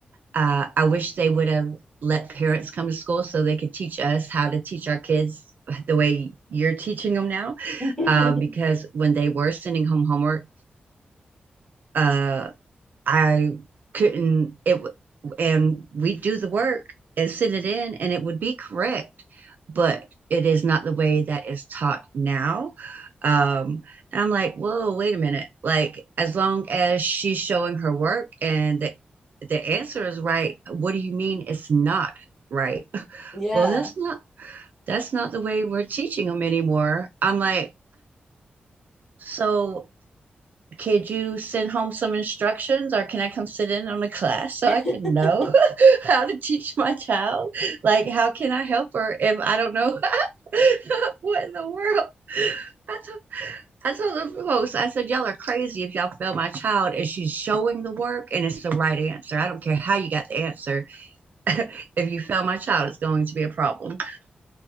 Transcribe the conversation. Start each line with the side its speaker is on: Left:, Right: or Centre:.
Right: uh, I wish they would have let parents come to school so they could teach us how to teach our kids <laughs> the way you're teaching them now.
Centre: <laughs>
Right: Um, because when they were sending home homework, uh, I couldn't it and we do the work and send it in and it would be correct, but it is not the way that is taught now. Um, and I'm like, whoa, wait a minute. Like, as long as she's showing her work and the the answer is right, what do you mean it's not right? <laughs>
Centre: Yeah.
Right: Well, that's
Centre: <laughs>
Right: not that's not the way we're teaching them anymore. I'm like, so could you send home some instructions or can I come sit in on the class so
Centre: <laughs>
Right: I can know <laughs> how to teach my child? Like, how can I help her if I don't know <laughs> what in the world? I told, I told the host, I said, y'all are crazy if y'all fail my child and she's showing the work and it's the right answer. I don't care how you got the answer. <laughs> if you fail my child, it's going to be a problem.